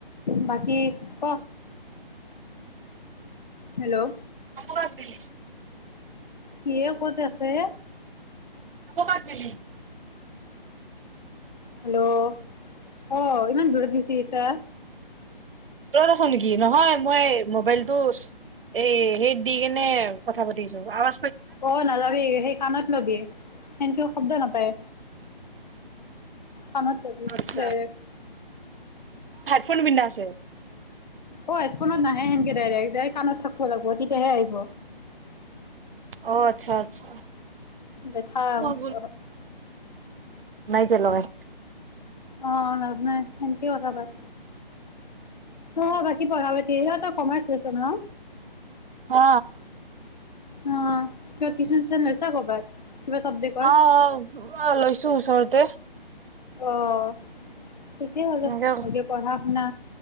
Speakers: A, on the left (about 50°); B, on the right (about 70°).
A: বাকী ক হেল্ল'
B: কত দিল
A: কি ক'ত আছে
B: নকবা কেলে
A: হেল্ল' অ ইমান দূৰত গুচি গৈছা
B: ৰত আছ নেকি নহয় মই মোবাইলতটো এই হেইত দি কেনে কথা পাতিছো আওআ
A: অ নাযাবি সেই কাণত লবি সেন কেও শব্দ নাপায় খনত লাগি
B: আচ্ছা
A: দেইৰেক
B: চোন পিন্ধা আছে
A: অ হেডফোনত নাহে সেনকে ডাইৰেক্ কাণত থাকব লাগ ব তেতিয়াহে আহিব
B: অ আচ্ছা আচ্ছা
A: দেঠা
B: মই
A: মস্ত
B: তি লগাই
A: অ লাজ নাই সেনকেও হব বাত অ বাকী পঢ়া বাতি সেইহেটো কমাৰ্চ লৈছে ন
B: অ
A: অ কিয় টিউশন চিশন লৈছা কৰ'বাত কিবা চাবজেক্টৰ?
B: অ অ অ লৈছো ওচৰৰত দেহ
A: আহ ঠিকেই হ'ল
B: এনেকে
A: ভালকে পঢ়া শুনা।